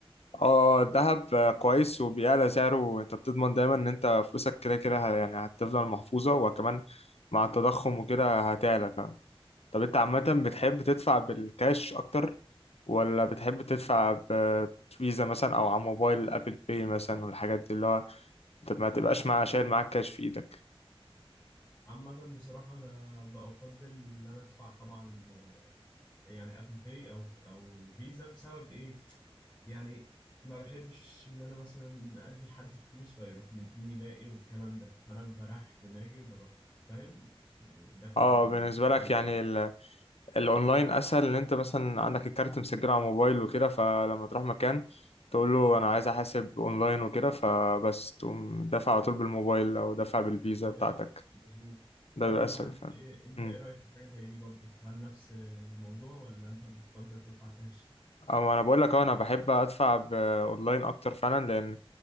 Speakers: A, on the left; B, on the left.
A: اه الذهب آه، كويس وبيعلى سعره انت بتضمن دايما ان انت فلوسك كده كده ه- يعني هتفضل محفوظة وكمان مع التضخم وكده هتعلى فاهم طب انت عامة بتحب تدفع بالكاش اكتر ولا بتحب تدفع بفيزا مثلا او على موبايل ابل باي مثلا والحاجات دي اللي هو انت ما
B: مم.
A: تبقاش مع شايل معاك كاش في ايدك
B: عامة بصراحة أنا بقى أفضل إن أنا أدفع طبعا يعني أبل باي أو أو فيزا بسبب إيه؟ يعني ما بحبش إن أنا مثلا أدي لحد فلوس فيروح مديني باقي والكلام ده فأنا بريح دماغي وبروح فاهم؟ يعني دافع
A: اه
B: من
A: بالنسبة لك
B: فيزا
A: يعني
B: على طول
A: الاونلاين اسهل ان انت مثلا عندك الكارت مسجل على الموبايل وكده فلما تروح مكان تقول له انا عايز احاسب اونلاين وكده فبس تقوم دافع على طول بالموبايل او دافع بالفيزا بتاعتك
B: أيوه مظبوط
A: ده
B: قول
A: بيبقى
B: لي
A: اسهل
B: بقى أنت
A: فعلا
B: إيه أنت
A: امم
B: إيه رأيك في حاجة زي دي برضو؟ هل نفس الموضوع ولا أنت بتفضل تدفع كاش؟
A: اما انا بقول لك اهو، انا بحب ادفع باونلاين اكتر فعلا لان